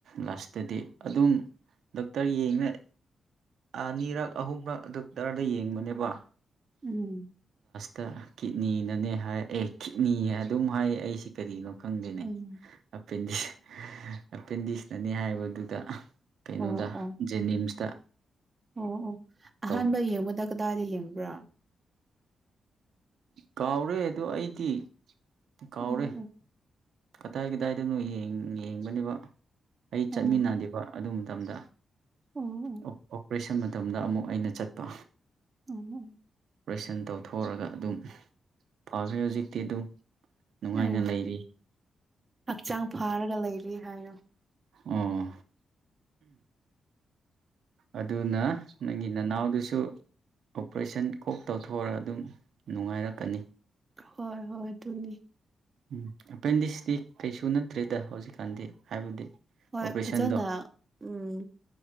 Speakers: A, on the right; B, on the right.
A: ꯂꯥꯁꯇꯗꯤ ꯑꯗꯨꯝ ꯗꯣꯛꯇꯔ ꯌꯦꯡꯅ ꯑꯅꯤꯔꯛ ꯑꯍꯨꯝꯔꯛ ꯑꯗꯨꯣꯛꯇꯔꯗ ꯌꯦꯡꯕꯅꯦꯕ
B: ꯎꯝ
A: ꯇ ꯀꯤꯠꯅꯤꯅꯅꯦ ꯍꯥꯏ ꯑꯦ ꯀꯤꯠꯅꯤ ꯍꯥꯏ ꯑꯗꯨꯝ ꯍꯥꯏꯌꯦ ꯑꯩꯁꯤ ꯀꯔꯤꯅꯣ ꯈꯪꯗꯦꯅꯦꯄꯦꯟꯗꯤ
B: ꯎꯝ
A: ꯑꯦꯄꯦꯟꯗꯤꯛꯁꯅꯅꯤ ꯍꯥꯏꯕꯗꯨꯗ ꯀꯩꯅꯣꯗ
B: ꯑꯣ ꯑꯣ
A: ꯖꯦꯅꯤꯝꯁꯇ
B: ꯑꯣ ꯑꯣ
A: ꯇꯧ
B: ꯑꯍꯥꯟꯕ ꯌꯦꯡꯕꯗ ꯀꯗꯥꯏꯗ ꯌꯦꯡꯕ꯭ꯔꯥ
A: ꯀꯥꯎꯔꯦ ꯑꯗ ꯑꯩꯗꯤ ꯀꯥꯎꯔꯦ
B: ꯑꯣ ꯑꯣ
A: ꯀꯗꯥꯏ ꯀꯗꯥꯏꯗꯅꯣ ꯌꯦꯡꯕꯅꯦꯕ ꯑꯩ ꯆꯠꯃꯤꯟꯅꯗꯦꯕ
B: ꯑꯣ
A: ꯑꯗꯨ ꯃꯇꯝꯗ
B: ꯑꯣ
A: ꯑꯣꯄꯔꯦꯁꯟ ꯃꯇꯝꯗ ꯑꯃꯨꯛ ꯑꯩꯅ ꯆꯠꯄ
B: ꯑꯣ ꯑꯣ
A: ꯑꯣꯄꯔꯦꯁꯟ ꯇꯧꯊꯣꯛꯑꯒ ꯑꯗꯨꯝ ꯐꯈ꯭ꯔꯦ ꯍꯧꯖꯤꯛꯇꯤ ꯑꯗꯨꯝ ꯅꯨꯡꯉꯥꯏꯅ
B: ꯑꯦ
A: ꯂꯩꯔꯤ
B: ꯍꯛꯆꯥꯡ ꯐꯥꯔꯒ ꯂꯩꯔꯤ ꯍꯥꯏꯅꯣ
A: ꯑꯣ ꯑꯗꯨꯅ ꯅꯪꯒꯤ ꯅꯅꯥꯎꯗꯨꯁꯨ ꯑꯣꯄꯔꯦꯁꯟ ꯀꯣꯛ ꯇꯧꯊꯣꯛꯑꯔꯒ ꯑꯗꯨꯝ ꯅꯨꯡꯉꯥꯏꯔꯛꯀꯅꯤ
B: ꯍꯣꯏ ꯍꯣꯏ ꯑꯗꯨꯅꯤ
A: ꯎꯝ ꯑꯦꯄꯦꯟꯗꯤꯛꯁꯇꯤ ꯀꯩꯁꯨ ꯅꯠꯇ꯭ꯔꯦꯗ ꯍꯧꯖꯤꯛꯀꯥꯟꯗꯤ ꯍꯥꯏꯕꯗꯤ
B: ꯍꯣꯏ
A: ꯑꯣꯄꯔꯦꯁꯟꯗꯣ
B: ꯐꯖꯅ ꯎꯝ